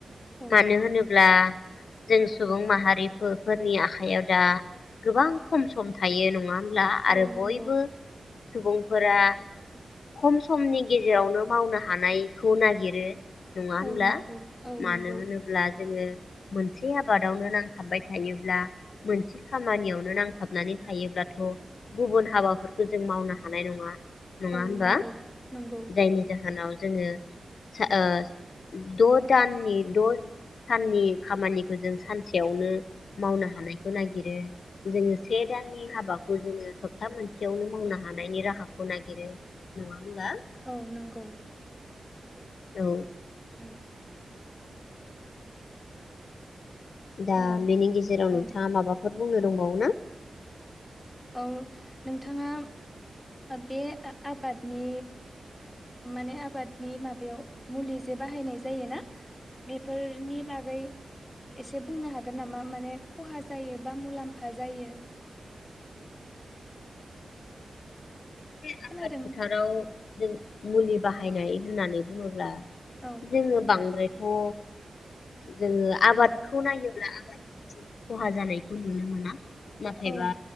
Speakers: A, on the left; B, on the left.
A: औ
B: मानो होनोब्ला जों सुबुं माहारि फोरनि आखाइायाव दा गोबां खम सम थायो नङा होनबा <unintelligible>
A: औ
B: आरो
A: नंगौ
B: बयबो सुबुंफोरा खम समनि गेजेरावनो मावनो हानायखौ नागिर- यो नङा होनब्ला
A: औ नंगौ औ
B: मानो
A: नंगौ
B: होनोब्ला जोङो मोनसे आबादावनो नांथाबबाय थायोब्ला मोनसे खामानियावनो नांथाबनानै थायोब्लाथ' गुबुन हाबाफोरखौ जों मावनो हानाय नङा नङा
A: औ
B: होनबा
A: नंगौ नंगौ
B: जायनि जाहोनाव जोंओ ओ द' दाननि द' साननि खामानिखौ जों सानसेयावनो मावनो हानायखौ नागिरो जोङो से दाननि हाबाखौ जोङो सप्ता मोनसेयावनो मावनो हानायनि राहाखौ नागिरो नङा होमबा
A: औ नंगौ
B: औ
A: बाबो
B: दा
A: हेलौ
B: बेनि गेजेराव
A: औ
B: नोंथाङा माबाफ बुंनो दंबावो ना?
A: औ नोंथाङा बे आबादनि माने आबादनि माबायाव मुलि जे बाहायनाय जायोना बेफोरनि बागै एसे बुंनो हागोन नामा माने खहा जायो बा मुलाम्फा जायो?
B: बे
A: खोनादों
B: आबाद फोथाराव जों मुलि बाहायनाय होननानै बुङोब्ला
A: औ
B: जोंङो बांद्राय थ' जोङो आबादखौ नायोब्ला आबादनि सायाव खहा जानायखौ नुनो मोना। नाथायबा
A: औ